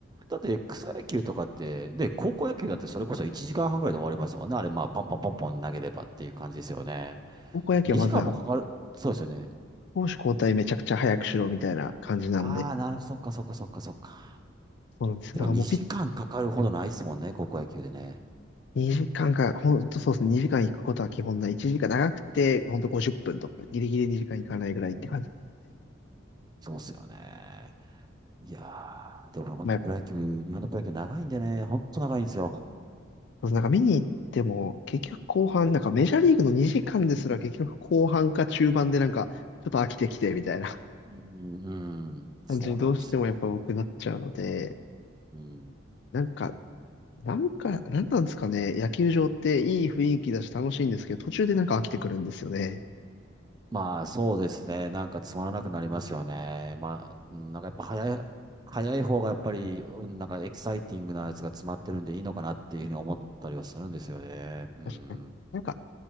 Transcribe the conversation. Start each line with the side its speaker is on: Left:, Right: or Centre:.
Right: だって草野球とかって、で、高校野球だってそれこそ1時間半ぐらいで終わりますもんね。あれ、まあ、ポンポンポンポン投げればっていう感じですよね。
Left: 高校野球はまずあの、
Right: 2時間もかかる。そうですよね。
Left: 攻守交代めちゃくちゃ早くしろみたいな感じなんで。
Right: ああ、なるそっかそっかそっかそっか。
Left: そうなんですよ。
Right: でも2時間かかるほどないですもんね、
Left: だからもうピッ、
Right: 高校野球でね。
Left: 2時間か、ほんとそうですね。2時間行くことは基本ない。1時間長くて、ほんと50分とか、ギリギリ2時間行かないぐらいって感じですね。
Right: うん、そうっすよね。いやー、でも本当プロ野球、
Left: まあ
Right: 日本のプロ野球長いんでね、本当長いんですよ。
Left: なんか見に行っても、結局後半、なんかメジャーリーグの2時間ですら結局後半か中盤でなんか、ちょっと飽きてきてみたいな
Right: うん、うん、そうなんですよ。
Left: 感じにどうしてもやっぱ僕なっちゃうので、
Right: うん。
Left: なんか、なんか、なんなんですかね、野球場っていい雰囲気だし楽しいんですけど、途中でなんか飽きてくるんですよね。
Right: まあ、そうですね。なんかつまらなくなりますよね。まあ、うんなんかやっぱ早い、早い方がやっぱり、うんなんかエキサイティングなやつが詰まってるんでいいのかなっていうふうに思ったりはするんですよね。うん。
Left: 確かに。なんか、